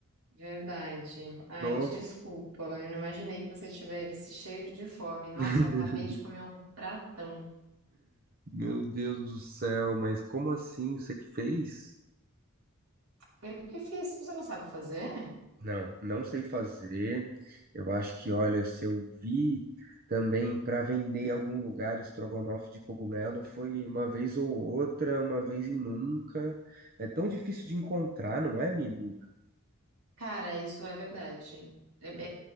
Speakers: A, on the right (about 85°); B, on the right (about 45°).
A: Verdade. Ai,
B: Nossa,
A: desculpa. Eu não imaginei que você tivesse cheio de fome. Nossa,
B: <laughs>
A: eu acabei de comer um pratão.
B: meu Deus do céu, mas como assim? Você que fez?
A: Eu que fiz? Você não sabe fazer?
B: Não, não sei fazer. Eu acho que, olha, se eu vi também para vender em algum lugar estrogonofe de cogumelo, foi uma vez ou outra, uma vez e nunca. É tão difícil de encontrar, não é, menina?
A: Cara, isso é verdade. É,